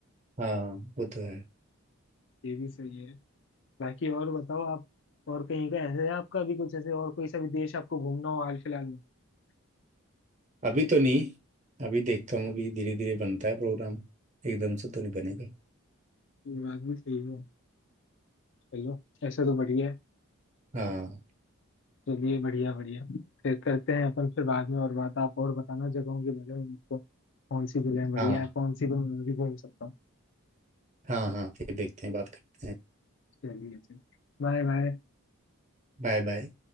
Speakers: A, on the right; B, on the left.
A: हाँ वो तो है
B: ये भी सही है बाकी और बताओ आप और कहीं का ऐसे है आपका भी कुछ ऐसे और कोई सा भी देश आपको घूमना हो हाल फिलहाल में
A: अभी तो नहीं अभी देखता हूँ अभी धीरे धीरे बनता है प्रोग्राम एकदम से तो नहीं बनेगा
B: ये बात भी सही है चलो ऐसा तो बढ़िया है
A: हाँ
B: चलिए बढ़िया बढ़िया फिर करते हैं अपन फिर बाद में और बात आप और बताना जगहों के बारे में मुझको कौन सी जगह बढ़िया
A: हाँ
B: है कौन सी तो मैं भी घूम सकता हूँ
A: हाँ हाँ फिर देखते हैं बात करते हैं
B: चलिए चलिए बाय बाय
A: Bye bye